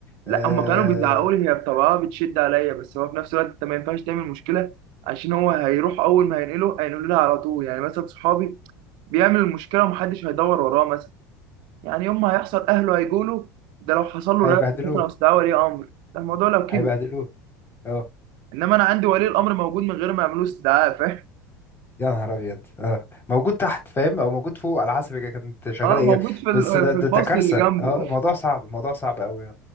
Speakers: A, on the right (about 55°); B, on the left (about 20°).
A: لا
B: آه
A: هم كانوا بيزعقوا لي هي بطبعها بتشد عليا بس هو في نفس الوقت انت ما ينفعش تعمل مشكله عشان هو هيروح اول ما هينقله هينقله لها على طول يعني مثلا صحابي بيعمل المشكله ومحدش هيدور وراه مثلا يعني يوم ما هيحصل اهله هيجوا له ده لو حصل له
B: هيبهدلوه
A: رفض مثلا او استدعاء ولي امر ده الموضوع لو كبر
B: هيبهدلوه اه
A: انما انا عندي ولي الامر موجود من غير ما يعملوا استدعاء فاهم
B: يا نهار ابيض اه موجود تحت فاهم او موجود فوق على حسب هي كانت شغاله
A: اه
B: ايه
A: موجود في ال-
B: بس ده
A: في
B: ده,
A: الفصل
B: ده كارثه
A: اللي جنبه
B: اه الموضوع صعب الموضوع صعب قوي